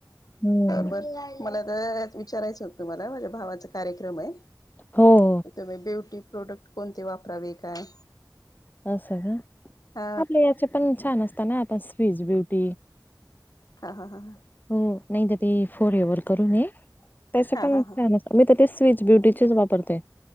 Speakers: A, on the left (about 25°); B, on the left (about 60°).
A: हम्म
B: बर मला त-अ च विचारायचं होतं मला माझ्या भावाचा कार्यक्रमय.
A: हो.
B: तुम्ही ब्युटी प्रोडक्ट कोणते वापरावे काय?
A: असं का,
B: हा
A: आपले याचे पण छान असताना आता पस स्वीस ब्युटी.
B: हा हा हा हा.
A: हो नाही तर ते फोरेवर करू नये त्यास
B: हा
A: पण
B: हा
A: छान
B: हा
A: अस मी तर तेच स्विच ब्युटीचेच वापरते.